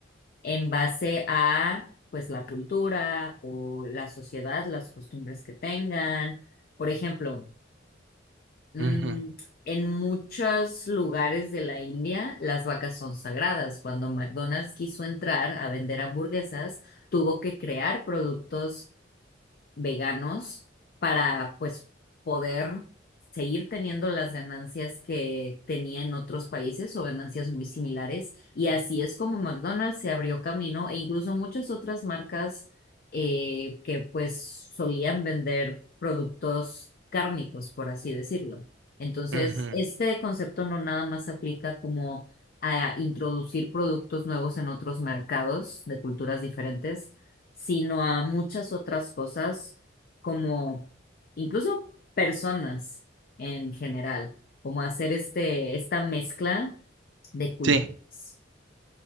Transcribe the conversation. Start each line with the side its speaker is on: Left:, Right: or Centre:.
Left: en base a, pues, la cultura o la sociedad, las costumbres que tengan. Por ejemplo, Mm,
Right: Ujú,
Left: en muchos lugares de la India, las vacas son sagradas. Cuando McDonald's quiso entrar a vender hamburguesas, tuvo que crear productos veganos para pues poder seguir teniendo las ganancias que tenía en otros países o ganancias muy similares. Y así es como McDonald's se abrió camino e incluso muchas otras marcas eh, que pues solían vender productos cárnicos, por así decirlo. Entonces,
Right: ujú.
Left: este concepto no nada más aplica como a introducir productos nuevos en otros mercados de culturas diferentes, sino a muchas otras cosas como incluso personas en general, como hacer este, esta mezcla de culturas.
Right: Sí.